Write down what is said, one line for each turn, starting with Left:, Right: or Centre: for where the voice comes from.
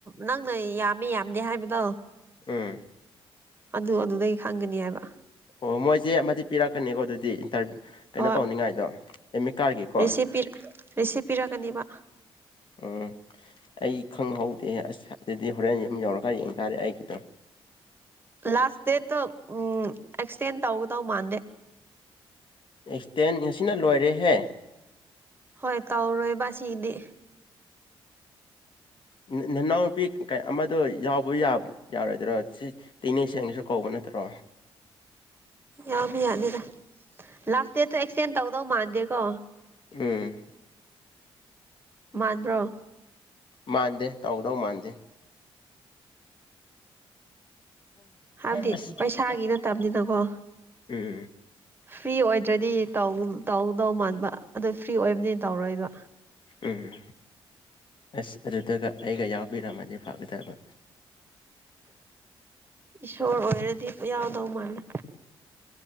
Right: ꯅꯪꯅ ꯌꯥꯝꯃꯤ ꯌꯥꯝꯗꯦ ꯍꯥꯏꯕꯗꯣ
Left: ꯎꯝ
Right: ꯑꯗꯨ ꯑꯗꯨꯗꯩ ꯈꯪꯒꯅꯤ ꯍꯥꯏꯕ
Left: ꯑꯣ ꯃꯣꯏ ꯆꯦ ꯑꯃꯗꯤ ꯄꯤꯔꯛꯀꯅꯤꯀꯣ ꯑꯗꯨꯗꯤ ꯏꯟꯇꯔ ꯀꯩꯅꯣ
Right: ꯍꯣꯏ
Left: ꯇꯧꯅꯤꯡꯉꯥꯏꯗꯣ ꯑꯦꯃꯤꯀꯥꯔꯒꯤꯀꯣ
Right: ꯔꯤꯁꯤꯞ ꯄꯤ ꯔꯤꯁꯤꯞ ꯄꯤꯔꯛꯀꯅꯤꯕ
Left: ꯎꯝ ꯑꯩ ꯈꯪꯍꯧꯗꯦ ꯑꯁ ꯑꯗꯨꯗꯤ ꯍꯣꯔꯦꯟ ꯌꯨꯝ ꯌꯧꯔꯀꯥꯟ ꯌꯦꯡ ꯇꯥꯔꯦ ꯑꯩꯒꯤꯗꯣ
Right: ꯂꯥꯁ ꯗꯦꯠꯇꯣ ꯎꯝ ꯑꯦꯛꯁꯇꯦꯟ ꯇꯧꯒꯗꯧ ꯃꯥꯟꯗꯦ
Left: ꯑꯦꯛꯁꯇꯦꯟ ꯉꯁꯤꯅ ꯂꯣꯏꯔꯦꯍꯦ
Right: ꯍꯣꯏ ꯇꯧꯔꯣꯏꯕ ꯑꯁꯤꯗꯤ
Left: ꯅ ꯅꯅꯥꯎꯅꯨꯄꯤ ꯀꯩ ꯑꯃꯗꯣ ꯌꯥꯎꯕ ꯌꯥꯕ ꯌꯥꯔꯣꯏꯗ꯭ꯔꯣ ꯁꯤ ꯇꯤꯅꯦ ꯁꯦꯟꯅꯒꯤꯁꯨ ꯀꯧꯕ ꯅꯠꯇ꯭ꯔꯣ
Right: ꯌꯥꯕ ꯌꯥꯅꯤꯗ ꯂꯥꯛꯇꯦ ꯑꯗꯨ ꯑꯦꯛꯁꯇꯦꯟ ꯇꯧꯗꯧ ꯃꯥꯟꯗꯦꯀꯣ
Left: ꯎꯝ
Right: ꯃꯥꯟꯕꯔꯣ
Left: ꯃꯥꯟꯗꯦ ꯇꯧꯗꯧ ꯃꯥꯟꯗꯦ
Right: ꯍꯥꯏꯕꯗꯤ
Left: ꯑꯁ
Right: ꯄꯩꯁꯥꯒꯤ ꯅꯠꯇꯕꯅꯤꯅꯀꯣ
Left: ꯎꯝ
Right: ꯐ꯭ꯔꯤ ꯑꯣꯏꯗ꯭ꯔꯗꯤ ꯇꯧ ꯇꯧꯗꯧ ꯃꯥꯟꯕ ꯑꯗꯨ ꯐ꯭ꯔꯤ ꯑꯣꯏꯕꯅꯤ ꯇꯧꯔꯣꯏꯕ
Left: ꯎꯝ ꯑꯁ ꯑꯗꯨꯗꯒ ꯑꯩꯒ ꯌꯥꯎꯕꯤꯔꯝꯃꯗꯤ ꯐꯥꯒꯗꯕ
Right: ꯏꯁꯣꯔ ꯑꯣꯏꯔꯗꯤ ꯌꯥꯎꯗꯧ ꯃꯥꯜꯂꯦ